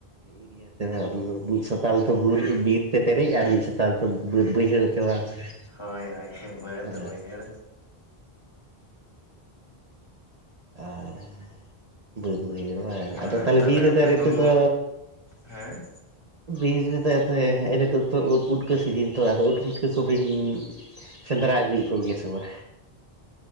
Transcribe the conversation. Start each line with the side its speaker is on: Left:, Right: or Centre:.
Right: ᱮᱨᱤᱭᱟ᱾ ᱢᱤᱫ ᱥᱯᱟᱞ ᱫᱚ ᱵᱤᱨᱛᱮ ᱯᱮᱨᱮᱡ ᱟᱨ ᱢᱤᱫ ᱥᱚᱛᱟᱞ ᱫᱚ ᱵᱟᱹᱫᱽ ᱵᱟᱹᱭᱦᱟᱹᱲ ᱛᱮ ᱵᱟᱝ? ᱥᱮ
Left: ᱦᱳᱭ ᱦᱳᱭ ᱵᱟᱹᱚ
Right: ᱦᱮᱸ
Left: ᱵᱟᱹᱭᱦᱟᱲᱼᱼ
Right: ᱚᱻ ᱵᱟᱹᱫ ᱵᱟᱹᱭᱦᱟᱹᱲ ᱵᱟᱝ
Left: ᱦᱮᱸ
Right: ᱟᱫᱚ ᱛᱟᱦᱞᱮ
Left: ᱛᱟᱦᱚᱞᱮ
Right: ᱵᱤᱨ
Left: ᱟᱯᱮ
Right: ᱨᱮᱫᱚ ᱱᱤᱛᱳᱜ
Left: ᱫᱚ
Right: ᱫᱚᱼᱼ
Left: ᱦᱮᱸ
Right: ᱵᱤᱥ ᱨᱤᱫᱚ ᱮᱛᱚ ᱦᱮᱜ ᱮ ᱱᱤᱛᱳᱜ ᱫᱚ ᱩᱫ ᱯᱩᱴᱠᱟᱹ ᱥᱤᱡᱤᱱ ᱛᱚ ᱟᱫᱚ ᱩᱫ ᱯᱩᱴᱠᱟᱹ ᱠᱚᱵᱤᱱᱼᱼ ᱥᱮᱸᱫᱽᱨᱟ ᱟᱜᱩᱭᱮᱫ ᱠᱚ ᱜᱮᱭᱟ ᱥᱮ ᱵᱟ?